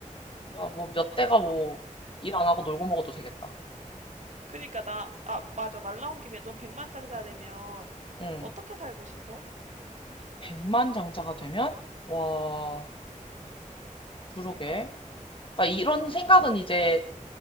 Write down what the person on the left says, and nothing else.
야, 뭐 몇 대가 뭐 일 안 하고 놀고 먹어도 되겠다.
응.
백만장자가 되면, 와, 그러게. 그러니까 이런 생각은 이제,